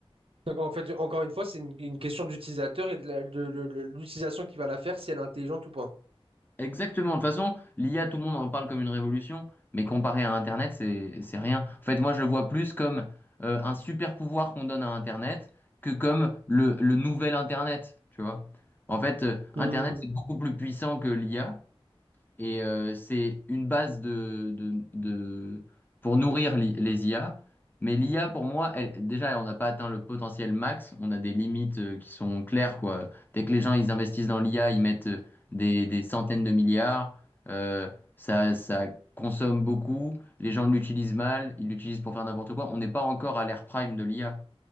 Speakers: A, on the right; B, on the left.
A: Donc, en fait, encore une fois, c'est une, une question d'utilisateur et de la- de- de- de l'utilisation qu'il va la faire, si elle est intelligente ou pas.
B: Exactement. De toute façon, l'IA, tout le monde en parle comme une révolution, mais comparé à Internet, c'est, c'est rien. En fait, moi, je le vois plus comme euh, un super pouvoir qu'on donne à Internet que comme le, le nouvel Internet, tu vois. En fait, euh, Internet,
A: Hmm.
B: c'est beaucoup plus puissant que l'IA, et euh, c'est une base de, de- de- pour nourrir l'i- les IA. Mais l'IA, pour moi, elle- déjà, on n'a pas atteint le potentiel max. On a des limites euh, qui sont claires, quoi. Dès que les gens ils investissent dans l'IA, ils mettent euh, des, des centaines de milliards. Euh, ça, ça consomme beaucoup. Les gens l'utilisent mal. Ils l'utilisent pour faire n'importe quoi. On n'est pas encore à l'ère prime de l'IA.